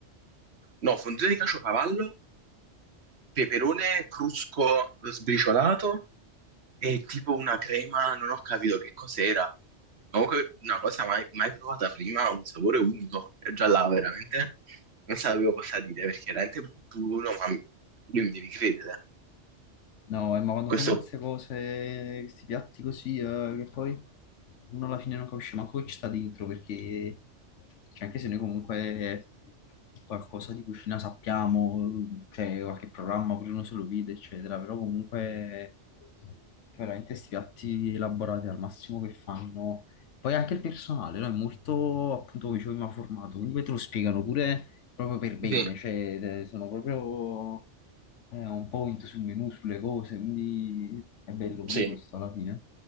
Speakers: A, on the right; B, on the left.
A: no, fonduta di caciocavallo, peperone crusco sbriciolato e tipo una crema, non ho capito che cos'era. Comunque una cosa mai, mai provata prima, un sapore unico, E già là veramente non sapevo cosa dire perché era veramente buono, ma mi- io mi devi credere.
B: No, eh, ma quando
A: Questo
B: fanno queste cose, questi piatti così, eh, che poi uno alla fine non capisce manco chi sta dentro, perché cioè, anche se noi comunque qualcosa di cucina sappiamo, cioè qualche programma pure uno se lo vede, eccetera, però comunque cioè, veramente questi piatti elaborati al massimo che fanno. Poi anche il personale, no? È molto, appunto, come dicevo, prima formato, quindi poi te lo spiegano pure proprio per bene,
A: sì,
B: cioè eh, sono proprio eh, un point sul menu, sulle cose, quindi è bello pure
A: sì.
B: questo alla fine.